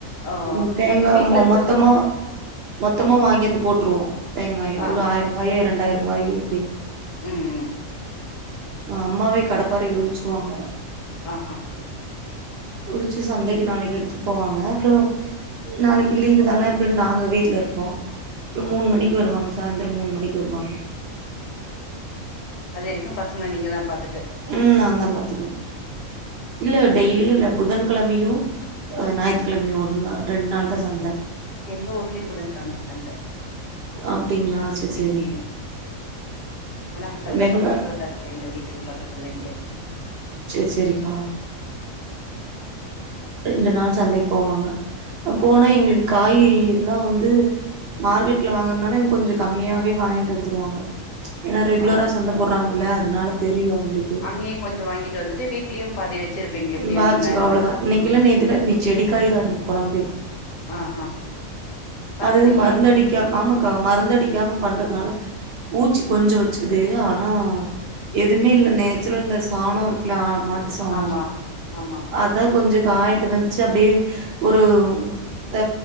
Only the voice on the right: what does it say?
உம் தேங்காய்
மொ
மொத்தமா
மொத்தமா
வாங்கி வந்து போட்டு ப்றோ தேங்காயு
ஒரு ஆயிரங்காயி ரெண்டாயிரங்காயு எப்டி
அஹ் அம்மாவே கடப்பாறைல உழிச்சிருவாங்க
உழிச்சு சந்தைக்கு நாளைக்கு எடுத்துட்டு போவாங்க அப்றோ நாளைக்கு லீவு தானே அப்டின் நாங்க வீட்ல இருப்போ அப்ற
மூணு மணிக்கு வருவாங்க சாய்ந்திரம் மூணு மணிக்கு வருவாங்க
ம் நான்தா பாத்துக்கனு இல்ல டெய்லியு இல்ல புதன்கெழமையு அ ஞாயித்துக்கெழமையு ஒண்ணு ரெண்டு நாள் தா சந்த
அப்டிங்களா சேரி சேரி
வெங்க
செரி செரிக்கா ரெண்டு நாள் சந்தைக்கு போவாங்க
போனா எங்களுக்கு காய் எல்லா வந்து மார்க்கெட்ல வாங்கறனால இவங்க கொஞ்சோ கம்மியாவே வாங்கிட்டு வந்துருவாங்க ஏன்னா ரெகுலரா
சந்தை போட்றாங்கல்ல அதனால தெரியு அவங்களுக்கு
ம் ஆச்சிக்கா
அவ்வளதா இன்னைக்கி இல்ல நேத்து இல்ல இங்க செடிக்காய்தா இன்னக்கி கொழம்பே
அது மருந்தடிக்காம ஆமாக்கா மருந்தடிக்காம பண் றதனால பூச்சி கொஞ்சோ வச்சுக்குது ஆனா எதுமே இல்ல நேச்சுரல் இந்த சாணோ இருக்குல மா சாணோ
அதா கொஞ்சோ காயிட்டு வந்துச்சி அப்டியே ஒரு த